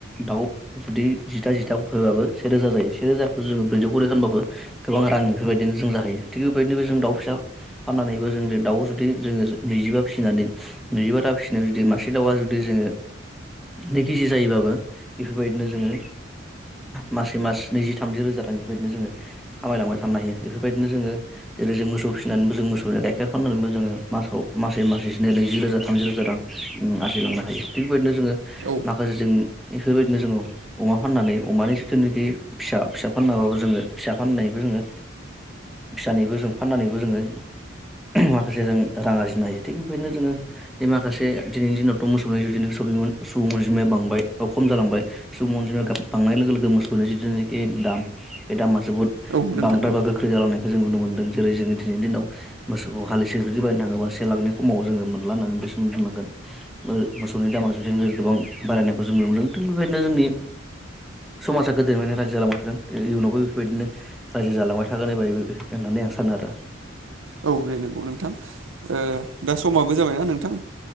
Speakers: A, in the centre; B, on the right.
A: दाउ जुदि जिथा जिथायैबाबो सेे रोजा जायो सेेरोजाखौ जोङो ब्रैजौ करै रानबाबो गोबां रां बेफोरबायदिनो जों जाहैयो थिग बेबायदिनोबो जों दाउ फिसा फाननानैबो जों दाउआव जुदि जोङो नैजिबा फिसिनानै नैजिबा ता फिसिनायाव जुदि मासे दाउआ जुदि जोङो नै केजि जायोबाबो बेफोरबायदिनो जोङो मासे मास नैजि थामजि रोजा रां बेबायदिनो जोङो खामायलांबाय थानो हायो बेफोरबायदिनो जोङो जेरै जों मोसौ फिनानैबो जों मोसौ गाइेर फाननानैबो जों मासाव मासे मासे जों नैजि रोजा थामजि रोजा रां आरजिलांनो हायो थिग बेबायदिनो जोङो
B: औ
A: माखासे जों बेफोरबायदिनो जोङो अमा फाननानै अमानि जिथुनाखि फिसा फिसा फाननाबाबो जोङो फिसा फाननानैबो जोङो फिसानिबो जों फाननानैबो जोङो माखासे जों रां आरजिनो हायो थिग बेबायदिनो जोङो बे माखासे दिनैनि दिनावथ' मोसौनि जिथुनिखि सुबुं अनजिमाया बांबाय बा खम जालांबाय सुबुं अनजिमाया बांनाय लोगो लोगो मोसौनि जिथुनाखि दाम बे दामा जोबोद
B: औ नोंथां
A: बांद्राय
B: औ
A: बा गो जालांनाय जों नुनो मोनदों जेरै जोंनि दिनैनि दिनाव मोसौखौ हालिसे जुदि बायनो थाङोबा से लाखनि खमाव जोङो मोनलानो बे सम दनांगोन मोसौनि दामा जुदि गोबां बारायनायखौ जों नुनो मोनदों थिग बेबायदिनो जोंनि समाजा गोदोनिफ्रायनो रायजो जालांबाय थादों इयुनावबो बेफोरबायदिनो रायजो जालांबाय था थाखानाय बाय होननानै आं सानो आरो
B: औ बेे नंगौ नोंथां ओ दा समाबो जाबायना नोंथां